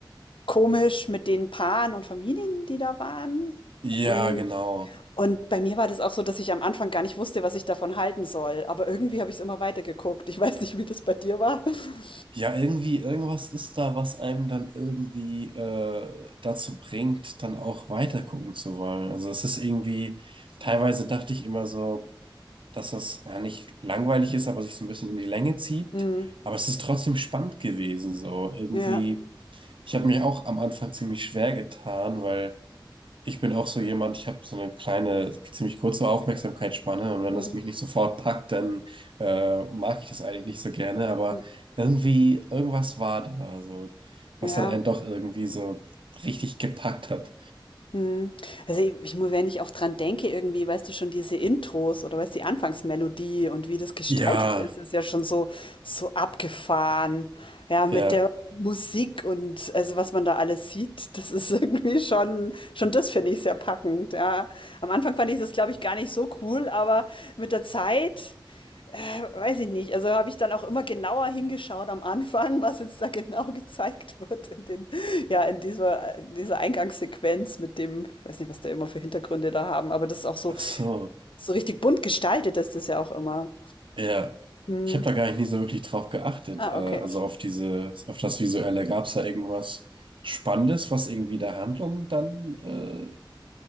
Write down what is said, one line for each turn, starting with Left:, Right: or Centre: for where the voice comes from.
Left: komisch mit den Paaren und Familien, die da waren.
Right: Ja,
Left: Und
Right: genau.
Left: und bei mir war das auch so, dass ich am Anfang gar nicht wusste, was ich davon halten soll, aber irgendwie habe ich's immer weitergeguckt. Ich weiß nicht, wie das bei dir war. <laughs>
Right: Ja, irgendwie, irgendwas ist da, was einem dann irgendwie äh, dazu bringt, dann auch weiter gucken zu wollen. Also es ist irgendwie, teilweise dachte ich immer so, dass das ja nicht langweilig ist, aber sich so ein bisschen in die Länge zieht.
Left: Mhm.
Right: Aber es ist trotzdem spannend gewesen, so irgendwie.
Left: Ja.
Right: Ich habe mich auch am Anfang ziemlich schwer getan, weil Ich bin auch so jemand, ich habe so eine kleine, ziemlich kurze Aufmerksamkeitsspanne und wenn
Left: Mhm.
Right: das mich nicht sofort packt, dann äh, mag ich das eigentlich nicht so gerne, aber
Left: Hm.
Right: irgendwie, irgendwas war da, also was
Left: Ja.
Right: dann einen doch irgendwie so richtig gepackt hat.
Left: Mhm. Also i ich muss wenn ich auch dran denke irgendwie, weißt du, schon diese Intros oder weißt du, die Anfangsmelodie und wie das gestaltet
Right: Ja,
Left: ist, ist ja schon so so abgefahren. Ja, mit
Right: ja,
Left: der Musik und also, was man da alles sieht, das ist <laughs> irgendwie schon schon das finde ich sehr packend, ja. Am Anfang fand ich das, glaube ich, gar nicht so cool, aber mit der Zeit Weiß ich nicht. Also habe ich dann auch immer genauer hingeschaut am Anfang, <laughs> was jetzt da genau gezeigt wird in den, ja, in dieser, in dieser Eingangssequenz mit dem, ich weiß nicht, was da immer für Hintergründe da haben, aber das ist auch so,
Right: ach so,
Left: so richtig bunt gestaltet ist das ja auch immer.
Right: ja.
Left: Hm.
Right: Ich habe da gar nicht nie so wirklich drauf geachtet,
Left: Ah,
Right: äh, also
Left: okay.
Right: auf diese, auf das Visuelle. Gab es da irgendwas Spannendes, was irgendwie der Handlung dann, äh,